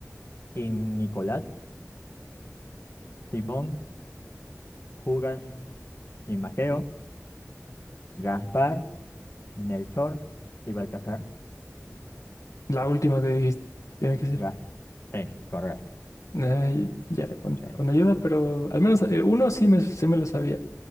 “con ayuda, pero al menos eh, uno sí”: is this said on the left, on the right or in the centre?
Left